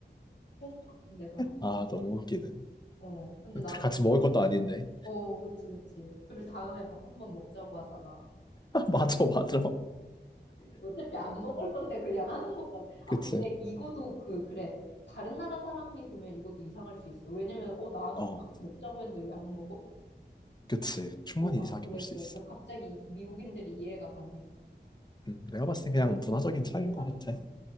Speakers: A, on the left; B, on the left.
A: 회식 같은 데 가가지고
B: 아, 너무 웃기네.
A: 어 근데 나도
B: 둘이 같이
A: 그거
B: 먹을 것도 아닌데.
A: 어 그치 그치 그리고 다음에 밥 한번 먹자고 하잖아
B: <laughs> 맞아, 맞아.
A: 어차피 안 먹을 건데 그냥 하는 거잖아. 아,
B: 그치.
A: 근데 이거도 그, 그래. 다른 나라 사람이 보면 이것도 이상할 수 있어. 왜냐면, 어, 나한테
B: 어,
A: 밥 먹자고 했는데 왜 안 먹어?
B: 그치. 충분히
A: 어, 아,
B: 이상하게
A: 그래,
B: 볼 수
A: 그래.
B: 있어.
A: 그래서 갑자기 미국인들이 이해가 가네.
B: 음, 내가
A: 이렇게
B: 봤을 때 그냥 문화적인
A: 이런 얘기를
B: 차이인 것
A: 하니까.
B: 같아.